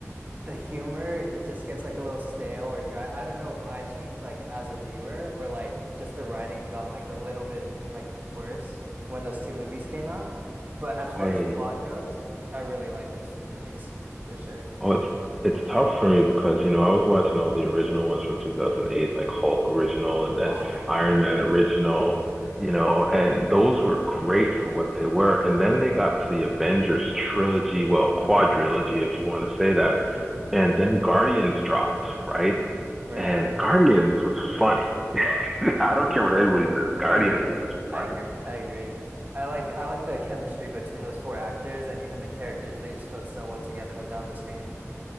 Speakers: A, on the right; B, in the centre.
A: the humor it just gets like a little stale or dry. I don't know if I changed like as a viewer or like just the writing got like a little bit like worse when those two movies came out. But as far
B: I
A: as plot goes, I really like those two movies for sure.
B: Oh, it's it's tough for me because, you know, I was watching all the original ones from 2008, like Hulk original and then
A: Oh,
B: Iron Man original, you know, and those were great for what they were. And then they got to the Avengers trilogy, well, quadrilogy, if you want to say that.
A: <laughs> hmm
B: And then Guardians dropped, right?
A: Right,
B: And
A: right.
B: Guardians was funny. <laughs> I don't
A: Yeah,
B: care what anybody says. Guardians
A: yeah, yeah. yeah.
B: is just
A: I
B: funny.
A: agree. I agree. I like I like the chemistry between those four actors and even the characters. They just felt so well together when they're on the screen.